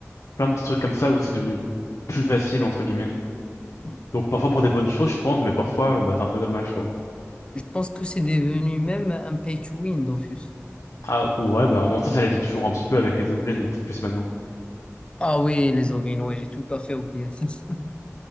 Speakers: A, on the left (about 80°); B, on the left (about 20°).
A: Plein de petits trucs comme ça où c'est devenu plus facile, entre guillemets. Donc, parfois pour des bonnes choses, je pense, mais parfois, bah, c'est un peu dommage, quoi.
B: Je pense que c'est devenu même un pay to win, Dofus.
A: Ah, ouais, bah, en sens, ça l'était toujours un petit peu avec les Ogreen, mais peut-être plus maintenant.
B: Ah oui, les origines, ouais, j'ai tout à fait oublié ça. <laughs>